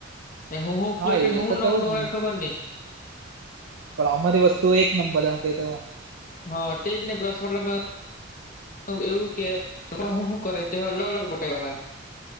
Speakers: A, on the left; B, on the right.
A: એ હું હું ઉપયોગ
B: હા
A: કરી હું
B: એ તો થવું
A: <unintelligible>
B: જ ને
A: ખબર નઈ
B: પણ અમારી વસ્તુ એક નંબર એમ કેતો.
A: હા તે જ ને પ્લસ મતલબ એવું કે હું કરે તે અલગ અલગ બટાઈ હા.